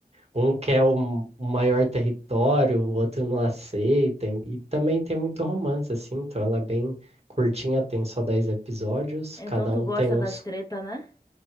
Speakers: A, on the right; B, on the left.
A: um quer o o maior território, o outro não aceita, e também tem muito romance assim, então ela é bem curtinha, tem só 10 episódios,
B: Então
A: cada
B: tu
A: um
B: gosta
A: tem uns
B: das tretas, né?